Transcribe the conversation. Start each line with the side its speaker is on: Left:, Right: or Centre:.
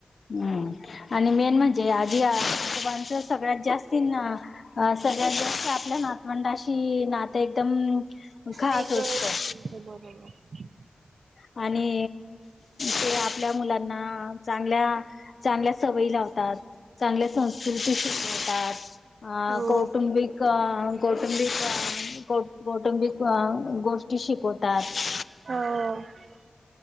Left: हम्म. आणि मेन म्हणजे, आजी आजोबांचे सगळ्यात जास्ती ना. अं सगळ्यात जास्त, आपल्या नातवंडाशी नाते एकदम <inaudible> खा
Right: वेगळं
Left: सोचतो.
Right: असतं <inaudible>
Left: आणि... तेे आपल्या मुलांना चांगल्या. चांगल्या सवयी लावतात, चांगल्या संस्कृती शिकवतात. आ.
Right: हो
Left: कौटुंबिक. कौटुंबिक कौटुंबिक गोष्टी शिकवतात.
Right: हो. <inaudible>